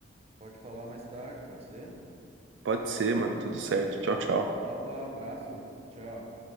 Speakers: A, on the right; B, on the right.
A: Pode falar mais tarde, pode ser?
B: Pode ser, mano, tudo certo. Tchau, tchau.
A: Então, vá, abraço. Tchau.